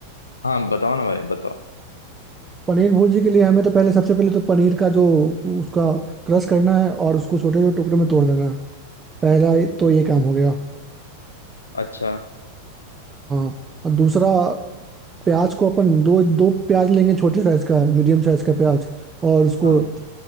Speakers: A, on the left; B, on the right.
A: हाँ बताओ ना भाई बताओ
B: पनीर भुर्जी के लिए हमें तो पहले सबसे पहले तो पनीर का जो उसका क्रश करना है और उसको छोटे छोटे टुकड़े में तोड़ देना है पहला तो ये काम हो गया
A: अच्छा
B: हाँ और दूसरा प्याज को अपन दो दो प्याज लेंगे छोटे साइज का मीडियम साइज का प्याज और उसको
A: हाँ